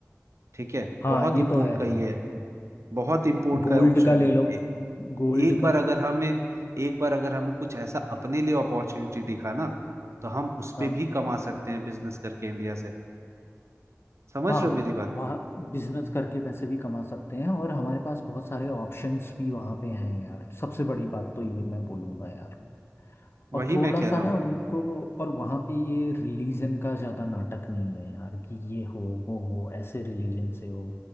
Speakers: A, on the right (about 60°); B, on the left (about 50°).
A: ठीक है
B: हाँ
A: बहुत
B: ये
A: इम्पोर्ट
B: तो है
A: का
B: खैर
A: ये है बहुत इम्पोर्ट का
B: गोल्ड
A: ऑप्शन
B: का ले
A: है
B: लो गोल्ड
A: एक बार
B: का
A: अगर हमें एक बार अगर हमें कुछ ऐसा अपने लिए अपॉर्चुनिटी दिखा ना तो हम उस
B: हाँ
A: पे भी कमा सकते हैं बिजनेस करके इंडिया से समझ
B: हाँ
A: रहे हो मेरी बात
B: वहाँ बिजनेस करके वैसे भी कमा सकते हैं और हमारे पास बहुत सारे ऑप्शंस भी वहाँ पे हैं यार सबसे बड़ी बात तो ये मैं बोलूँगा यार
A: वही
B: और थोड़ा
A: मैं कह रहा
B: सा ना
A: हूँ
B: उनको और वहाँ पे ये रिलीजन का ज़्यादा नाटक नहीं है यार कि ये हो वो हो ऐसे रिलीजन से हो